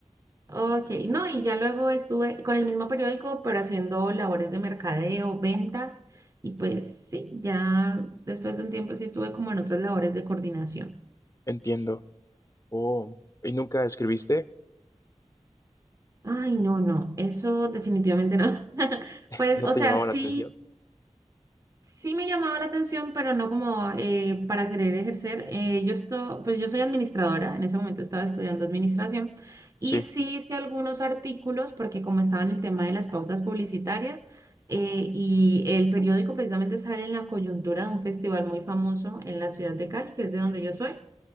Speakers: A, on the right; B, on the left.
A: Ok, no, y ya luego estuve con el mismo periódico, pero haciendo labores de mercadeo, ventas, y pues sí, ya después de un tiempo sí estuve como en otras labores de coordinación.
B: Entiendo. Oh, ¿y nunca escribiste?
A: Ay, no, no, eso definitivamente no. <laughs> Pues,
B: ¿No
A: o
B: te
A: sea,
B: llamaba
A: sí.
B: la atención?
A: Sí me llamaba la atención, pero no como eh, para querer ejercer. Eh, yo esto, pues yo soy administradora, en ese momento estaba estudiando administración y
B: Sí,
A: sí hice algunos artículos porque como estaba en el tema de las pautas publicitarias eh, y el periódico precisamente sale en la coyuntura de un festival muy famoso en la ciudad de Cali, que es de donde yo soy